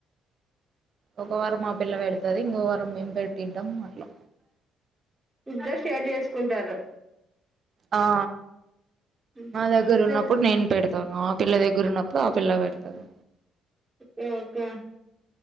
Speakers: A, on the right (about 50°); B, on the right (about 15°).
A: ఒక వారం మా పిల్ల పెడతది ఇంకో వారం మేం పెట్టింటాం అట్లా
B: ఇద్దరు షేర్ చేసుకుంటారు
A: ఆ
B: ఉహు
A: మా దగ్గర
B: మంచిదే
A: ఉన్నప్పుడు
B: లే
A: నేను పెడత్ తను ఆ పిల్ల దగ్గర ఉన్నప్పుడు ఆ పిల్ల పెడతది
B: ఒకే ఒకే